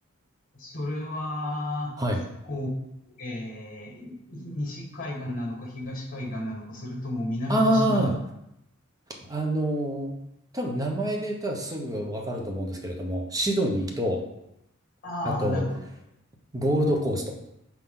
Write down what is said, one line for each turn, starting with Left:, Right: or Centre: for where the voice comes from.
Left: それは、
Right: はい。
Left: こう、えー西海岸なのか東海岸なのか、それとも南の島だ。
Right: ああ、あの、多分名前で言ったらすぐわかると思うんですけれども、シドニーと、
Left: ああ、
Right: あと、
Left: なるほど。
Right: ゴールドコースト